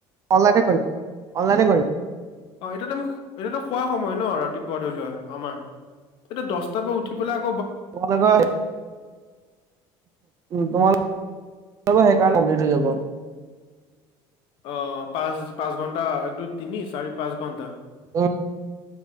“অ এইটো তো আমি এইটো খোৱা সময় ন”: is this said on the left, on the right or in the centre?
Left